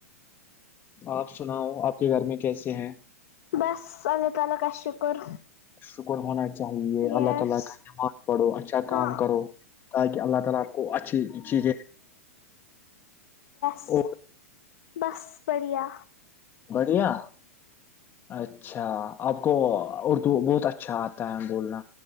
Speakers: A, on the left (about 25°); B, on the left (about 60°).
A: آپ سناؤ آپ کے گھر میں کیسے ہیں
B: بس اللہ تعالی کا شکر
A: شکر ہونا چاہیے
B: یس
A: اللہ تعالی کا نماز پڑھو اچھا
B: ہاں
A: کام کرو تاکہ اللہ تعالی آپ کو اچھی چیزیں
B: س
A: اور
B: بس بڑھیا
A: بڑھیا اچھا آپ کو اردو بہت اچھا آتا ہے بولنا